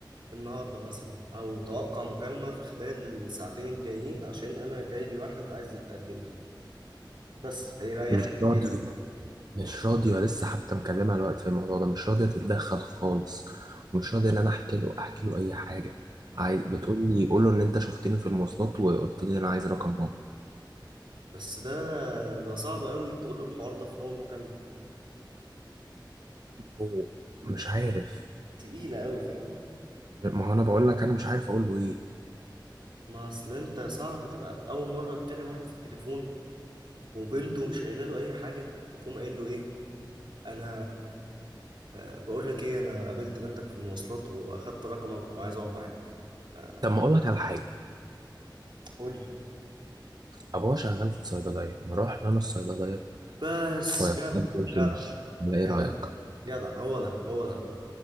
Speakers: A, on the right; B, on the right.
A: النهارده مثلا او توقع مكالمه في خلال الساعتين الجايين عشان انا جاي لي واحد عايز يتقدم لي بس هيريحك
B: مش
A: كتير
B: راضية
A: قوي
B: مش راضية لسه حتى مكلمها الوقت في الموضوع ده مش راضية تتدخل خالص مش راضية ان انا احكي له احكي له اي حاجة عايز بتقول لي قول له ان انت شفتني في المواصلات وقلت لي انا عايز رقم بابا
A: بس ده ده صعب قوي تقول له الحوار ده في اول مكالمه
B: هو مش عارف
A: تقيله قوي فاهم
B: ما هو انا بقول لك انا مش عارف اقول له ايه
A: ما اصل انت صعب تبقى اول مره تكلم واحد في التليفون وبنته مش قايله له اي حاجه وتقوم قايل له ايه انا آه، بقول لك ايه انا قابلت بنتك في المواصلات واخدت رقمك وعايز اقعد معاك آه،
B: طب ما اقول لك على حاجه
A: قول لي
B: ابوها شغال في صيدليه ما اروح لأنا الصيدليه
A: بس
B: ومش
A: جدع جدع
B: ايه
A: جدع
B: رايك
A: جدع هو ده هو ده